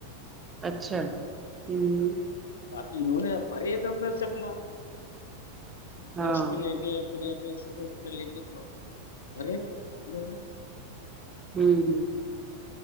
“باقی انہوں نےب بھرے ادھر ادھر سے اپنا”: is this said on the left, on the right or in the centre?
Left